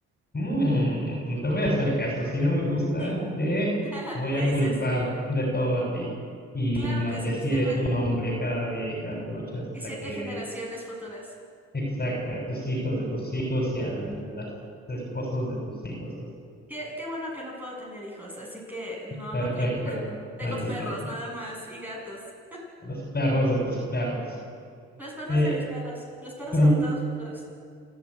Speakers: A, on the left; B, in the centre.
A: Mm,
B: Ujú,
A: te voy a hacer caso. Si no me gusta,
B: Sí,
A: te
B: <laughs>
A: voy
B: me
A: a
B: dices.
A: culpar de todo a ti y
B: Claro
A: maldeciré
B: que sí, sí me...
A: tu nombre cada día y cada noche hasta
B: y siete
A: que
B: generaciones futuras.
A: exacta a tus hijos de tus hijos y a los esposos de tus hijos y así.
B: Qué, qué bueno que no puedo tener hijos, así que no,
A: Perfecto,
B: no aplica. <laughs> Tengo
A: maldita
B: perros
A: sea.
B: nada más y gatos.
A: A los perros de tus perros.
B: Los perros
A: Eh,
B: de mis perros, los perros
A: pero
B: adoptados futuros.